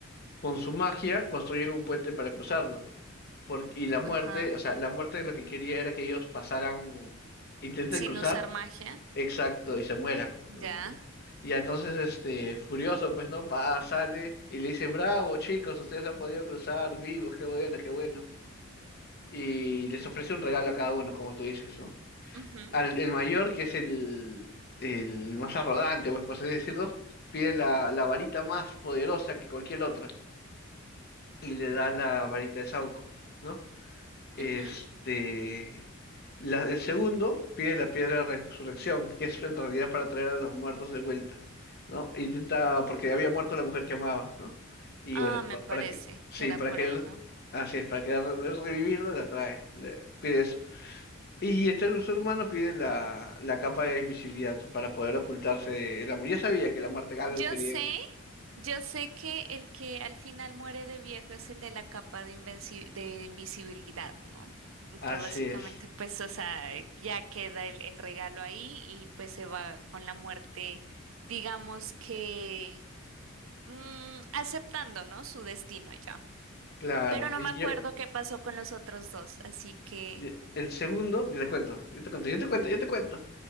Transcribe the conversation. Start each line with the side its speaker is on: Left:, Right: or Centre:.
Left: Con su magia construyen un puente para cruzarlo. porque, y la muerte,
Right: ajá.
Left: o sea, la muerte lo que quería era que ellos pasaran, intenten
Right: Sin
Left: cruzar,
Right: usar magia,
Left: exacto, y se mueran, ¿no?
Right: ya.
Left: Y entonces, este, furioso, pues, ¿no? Pa, sale y le dice, bravo, chicos, ustedes han podido cruzar vivos, qué bueno, qué bueno. Y les ofrece un regalo a cada uno, como tú dices, ¿no?
Right: Ujú,
Left: Al, el mayor, que es el, el más arrogante, pues, por así decirlo, pide la, la varita más poderosa que cualquier otra y le da la varita de Sauco, ¿no? Este,
Right: ujú.
Left: la- el segundo pide la piedra de resurrección, que es en realidad para traer a los muertos de vuelta, ¿no? Intenta, porque había muerto la mujer que amaba, ¿no? Y
Right: Ah,
Left: bueno,
Right: me
Left: pa-
Right: parece
Left: para que, sí,
Right: que era
Left: para
Right: por
Left: que,
Right: ahí, ¿no?
Left: así es, para que re- revivirla la trae, le pide eso. Y el tercer humano pide la, la capa de invisibilidad para poder ocultarse del amor. Ya sabía que la muerte algo
Right: Yo
Left: quería.
Right: sé, yo sé que el que al final muere de viejo es el de la capa de invenci- de invisibilidad, ¿no? Y
Left: Así
Right: Que básicamente,
Left: es,
Right: pues, o sea, ya queda el, el regalo ahí y pues se va con la muerte, digamos que mm, aceptando, ¿no? Su destino ya.
Left: claro.
Right: Pero no
Left: Y
Right: me acuerdo
Left: yo-
Right: qué pasó con los otros dos, así que,
Left: y el segundo, yo te cuento, yo te cuento, yo te cuento, yo te cuento.